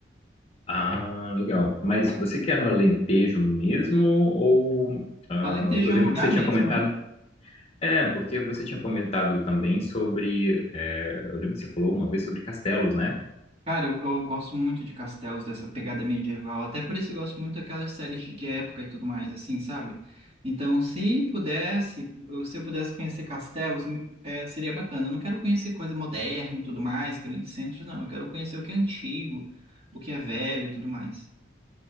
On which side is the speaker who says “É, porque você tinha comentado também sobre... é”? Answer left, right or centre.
Left